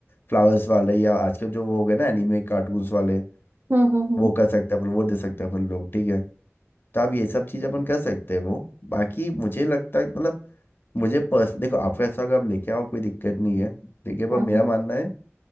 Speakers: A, on the left (about 45°); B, on the right (about 45°).
A: फ्लावर्स वाले या आजकल जो वो हो गए ना एनीमे कार्टून्स वाले
B: हम्म हम्म हम्म
A: वो कर सकते हैं अपन वो दे सकते हैं अपन लोग ठीक है तो आप ये सब चीज़ अपन कर सकते हैं वो बाकी मुझे लगता है मतलब मुझे पर्स देखो आपका हिस्सा अगर आप लेके आओ कोई दिक्कत नहीं है ठीक है पर
B: हम्म
A: मेरा
B: हम्म।
A: मानना है